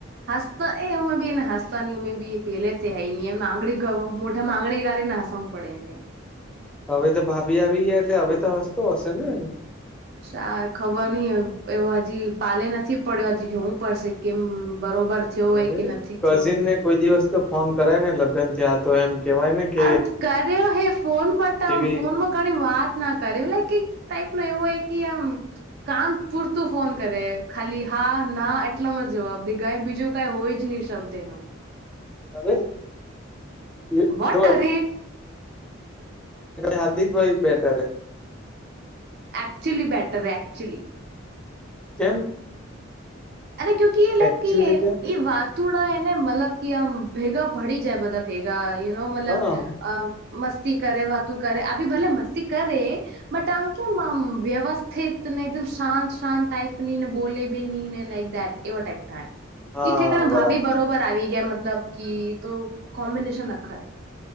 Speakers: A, on the right; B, in the centre.
A: હસતા એ અમે બી એને હસતા અમે બી એ પેલેથી હય નહ એ મોઢામાં આંગળી ઘાલીને હસાવુ પડે.
B: હવે તો ભાભી આવી ગયા એટલે હવે તો હસતો હશેને?
A: સા ખબર નહિ એવો હજી પાલે નથી પડ્યો હજી જોવું પડશે કેમ બરોબર થયો હોય
B: અરે
A: કે નથી
B: કઝિન
A: થયો કે
B: ને કોઈ દિવસ તો ફોન કરે ને લગ્ન થયા આ તો એમ કેવાય ને કે
A: અ કર્યો હે ફોન બટ
B: એવી
A: ફોન વાત ના કરે એવું હો કે આમ કામ પૂરતું ફોન કરે ખાલી હા ના એટલામાં જ જવાબ દે કાય બીજો કઈ હોય જ નહી શબ્દ એનો.
B: અરે એ
A: વોટ
B: તો
A: અરે
B: હાર્દિક ભાઈ બેટર હૈ.
A: એક્ચુઅલી બેટર એકક્ચુઅલી
B: તેમ
A: અને કુ એ લક
B: એકચુલી
A: એ
B: કેમ
A: એ વાતુડા એને મતલબ કે આમ ભેગા ભડી જાય બધા ભેગા યુનો મતલબ
B: હા
A: અ મસ્તી કર વાતું કરે આભી ભલે મસ્તી કરે બટ અમકેમ વ્યવસ્થિતને એકમ શાંત શાંત ટાઇપની ને બોલે ભી નહીં લાઈક. એવા ટાઈપ થાય.
B: હા
A: એ ઠેકાણે
B: બરાબર
A: ભાભી બરોબર આવી ગયા મતલબ કે તો કોમ્બિનેશન આખાે